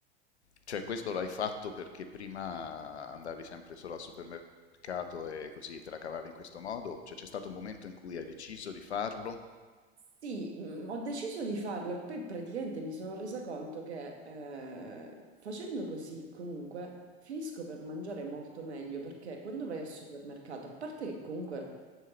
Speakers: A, on the left (about 90°); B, on the right (about 85°).
A: Cioè, questo l'hai fatto perché prima andavi sempre solo al supermercato e così te la cavavi in questo modo? Cioè, c'è stato un momento in cui hai deciso di farlo?
B: Sì, mm, ho deciso di farlo e poi praticamente mi sono resa conto che eh, facendo così comunque finisco per mangiare molto meglio perché quando vai al supermercato, a parte che comunque